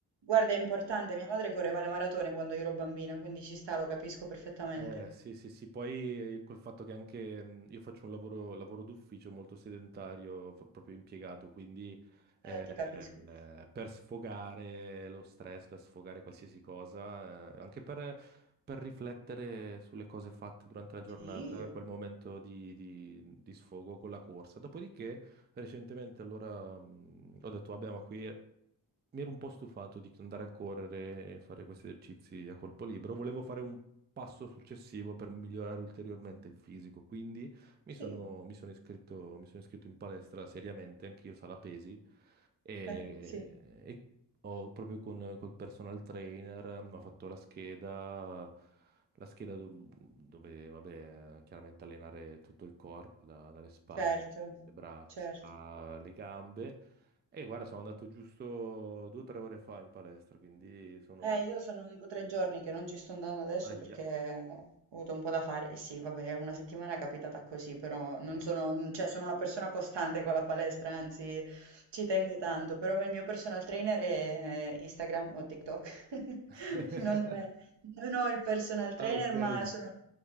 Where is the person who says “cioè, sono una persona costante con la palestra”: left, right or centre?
Right